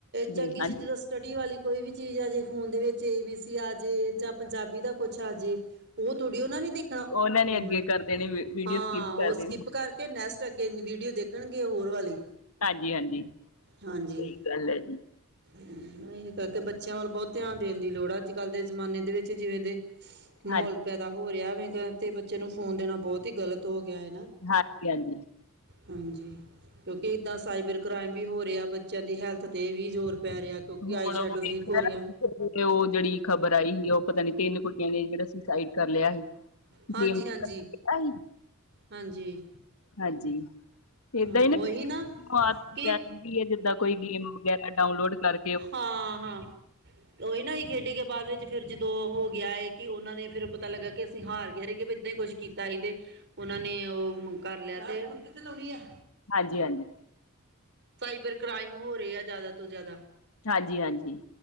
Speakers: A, on the right; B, on the left.
A: ਚੰਗੀ
B: ਜੀ ਹਾਂਜੀ
A: ਚੀਜ਼ ਦਾ ਸਟੱਡੀ ਵਾਲੀ ਕੋਈ ਵੀ ਚੀਜ਼ ਆ ਜੇ ਫੋਨ ਦੇ ਵਿੱਚ, ਏ ਬੀ ਸੀ ਆ ਜੇ ਜਾਂ ਪੰਜਾਬੀ ਦਾ ਕੁਛ ਆਜੇ ਉਹ ਥੋੜੀ ਉਹਨਾਂ ਨੇ ਦੇਖਣਾ,
B: ਉਹਨਾਂ ਨੇ
A: ਹਮ,
B: ਅੱਗੇ ਕਰ ਦੇਣੇ ਵੀਡੀਓ
A: ਹਾਂ
B: ਸਕਿਪ
A: ਉਹ
B: ਕਰ
A: ਸਕਿਪ
B: ਦੇਣੀ
A: ਕਰਕੇ ਨੈਸਟ ਅੱਗੇ ਵੀਡੀਓ ਦੇਖਣਗੇ ਹੋਰ ਵਾਲੀ।
B: ਹਾਂਜੀ ਹਾਂਜੀ,
A: ਹਾਂਜੀ
B: ਸਹੀ ਗੱਲ ਹੈ ਜੀ।
A: ਇਹੀ ਕਰਕੇ ਬੱਚਿਆਂ ਵੱਲ ਬਹੁਤ ਧਿਆਨ ਦੇਣ ਦੀ ਲੋੜ ਆ ਅੱਜ ਅੱਜ-ਕੱਲ ਦੇ ਜਮਾਨੇ ਦੇ ਵਿੱਚ ਜਿਵੇਂ ਦੇ ਮਾਹੌਲ
B: ਹਾਂਜੀ
A: ਪੈਦਾ ਹੋ ਰਿਹਾ ਵੈਂ ਅਤੇ ਬੱਚੇ ਨੂੰ ਫੋਨ ਦੇਣਾ ਬਹੁਤ ਹੀ ਗਲਤ ਹੋ ਗਿਆ ਹੈ ਨਾ।
B: ਹਾਂਜੀ ਹਾਂਜੀ।
A: ਹਾਂਜੀ। ਕਿਉਂਕਿ ਏਦਾਂ ਸਾਈਬਰ ਕ੍ਰਾਈਮ ਵੀ ਹੋ ਰਿਹਾ, ਬੱਚਿਆਂ ਦੀ ਹੈਲਥ ਤੇ ਵੀ ਜ਼ੋਰ ਪੈ ਰਿਹਾ ਕਿਉਂਕਿ
B: ਹੁਣ
A: ਆਈ ਸ਼ੈਡੋ
B: ਉਹ
A: ਵੀਕ
B: ਵੇਖਿਆ
A: ਹੋ ਰਹੀਹਾ
B: ਨਾ ਉਹ ਜਿਹੜੀ ਖ਼ਬਰ ਆਈ ਸੀ, ਉਹ ਪਤਾ ਨੀ ਤਿੰਨ ਕੁੜੀਆਂ ਨੇ ਜਿਹੜਾ ਸੁਸਾਈਡ ਕਰ ਲਿਆ ਸੀ।
A: ਹਾਂਜੀ
B: ਗੇਮ ਸੀ
A: ਹਾਂਜੀ, ਹਾਂਜੀ।
B: ਹਾਂਜੀ ਤੇ
A: ਹਾਂ
B: ਏਦਾਂ ਹੀ
A: ਉਹੀ
B: ਨਾ <inaudible> <unintelligible>
A: ਕਿ
B: ਵੀ ਹੈ ਜਿੱਦਾਂ ਕੋਈ ਗੇਮ ਵਗੈਰਾ ਡਾਊਨਲੋਡ ਕਰ
A: ਹਾਂ ਹਾਂ। ਓਹੀ ਨਾ ਹੀ ਖੇਡੀ ਗੇ ਬਾਅਦ ਵਿੱਚ ਫਿਰ ਜਦੋਂ ਹੋ ਗਿਆ ਹੈ ਕਿ ਉਹਨਾਂ ਨੇ ਫਿਰ ਪਤਾ ਲੱਗਾ ਕਿ ਸੀਂ ਹਾਰ ਕੇਰੇ ਕਿ ਏਦਾਂ ਹੀ ਕੁਛ ਕੀਤਾ ਸੀ ਤੇ ਉਹਨਾ ਨੇ ਉਹ ਕਰ ਲਿਆ ਤੇ <unintelligible>
B: ਹਾਂਜੀ-ਹਾਂਜੀ।
A: ਸਾਈਬਰ ਕ੍ਰਾਈਮ ਹੋ ਰਹੇ ਆ ਜ਼ਿਆਦਾ ਤੋਂ ਜ਼ਿਆਦਾ।
B: ਹਾਂਜੀ-ਹਾਂਜੀ।